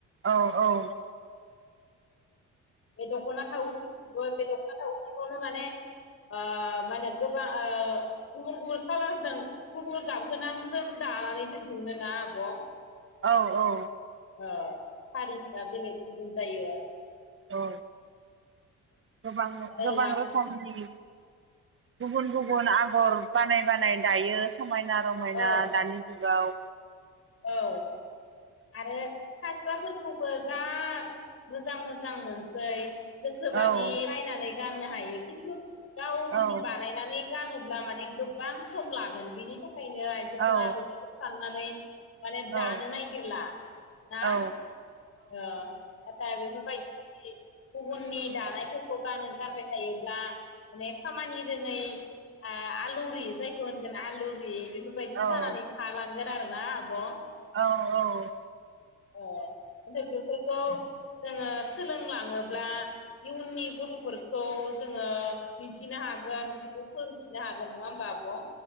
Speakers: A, on the right (about 45°); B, on the left (about 50°).
A: औ औ
B: बे दख'ना थावसि बे दख'ना थावसिखौनो माने ओ मानो गोबां गुबुन गुबुन कालारजों गुबुन गुबुन गाबगोनांजों दानानैसो दिहुननो ना आब'
A: औ औ
B: अ हारिफ्रा बेलेग गुबुन जायो आरो
A: औ गोबां
B: आरो
A: गोबां
B: ला
A: रोखोमनि गुबुन गुबुन आगर बानाय बानाय दायो समायना रमायना
B: औ
A: दानि जुगाव
B: औ आरो फास्राफोरखौबो जा मोजां मोजां मोनसै गोसोबादि
A: औ
B: नायनानै गाननो हायो खिन्थु गाव जुदि
A: औ
B: बानायनानै गानोब्ला माने गोबां सम लागोन बेनि था खायनो आइजोफोरा
A: औ
B: बेफोरखौ साननानै माने दानो
A: औ
B: ना गिरला ना
A: औ
B: अ दा बेफोरबायदि गुबुननि दानायफोरखौ गानो गानबाय थायोब्ला माने खामानि रोङै आलौरि जायखौ होनगोन आलौरि बेफोरबायदि जानानै
A: औ
B: थालां गोन आरोना आब'
A: औ औ।
B: अ ओमफ्राय बेफोरखौ जोङो सोलोंलाङोब्ला इयुननि गथ'फोरखौ जोङो दिन्थिनो हागोन बिसोरखौ फोरोंफिननो हागोन नङा होमबा आब'?